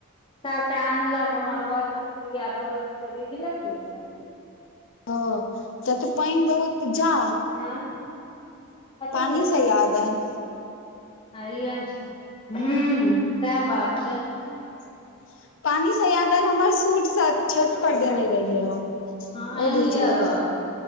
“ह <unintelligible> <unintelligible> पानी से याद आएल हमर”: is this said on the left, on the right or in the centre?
Left